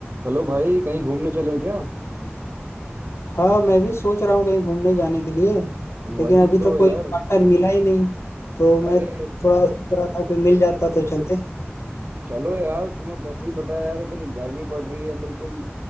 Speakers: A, on the right; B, on the left.
A: Hello भाई कहीं घूमने चलें क्या
B: हाँ मैं भी सोच रहा हूँ कहीं घूमने जाने के लिए
A: वही
B: लेकिन अभी
A: तो
B: तक
A: यार
B: कोई पार्टनर मिला ही नहीं तो मैं
A: अरे
B: थोड़ा सोच रहा था कोई मिल जाता तो चलते
A: चलो यार तुम्हें वैसे ही पता है यार इतनी गर्मी पड़ रही है बिल्कुल